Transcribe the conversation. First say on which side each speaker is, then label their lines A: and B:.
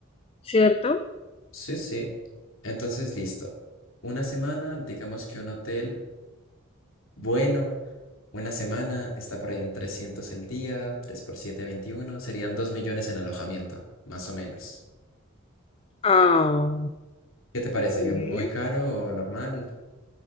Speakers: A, on the left; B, on the left.
A: ¿cierto?
B: Sí, sí. Entonces, listo. Una semana, digamos que un hotel bueno, una semana está por ahí en 300 el día, 3 por 7 21 serían dos millones en alojamiento, más o menos.
A: Ah,
B: ¿Qué te parece?
A: bien.
B: ¿Muy caro o normal?